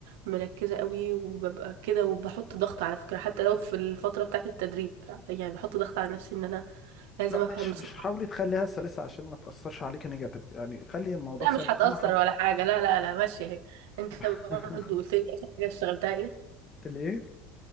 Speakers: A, on the right; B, on the left.
A: مركزه قوي وببقى كده وبحط ضغط على فكره حتى لو في الفتره بتاعه التدريب يعني بحط ضغط على نفسي ان انا لازم
B: لا
A: افهم
B: مش
A: بسرعه
B: مش حاولي تخليها سلسه عشان ما تاثرش عليكي نيجاتيف يعني خلي الموضوع
A: لا
B: سلس
A: مش هتأثر
B: انا حب
A: ولا حاجة لا لا لا ماشية اهي انت
B: <laughs>
A: برضو قلت لي اخر حاجة اشتغلتها ايه
B: الايه